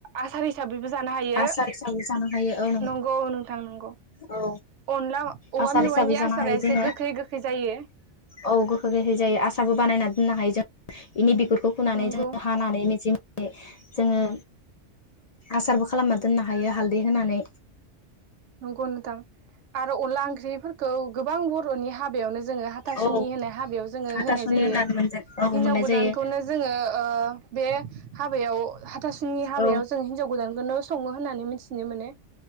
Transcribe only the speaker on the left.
आसार हिसाबै जानो हायो औ
औ
आसार
हिसाबै जानो
हायो
जोङो
औ गोखै गोखै जायो आसारबो बानायना दोननो हायो जों इनि बिगुर खौ फुनानै
जों हानानै मिजि जोङो आसारबो खालामना दोननो हायो हालदै होनानै।
औ
हाथासुनि
होननानै मोनजा औ
मोननाय
जायो
औ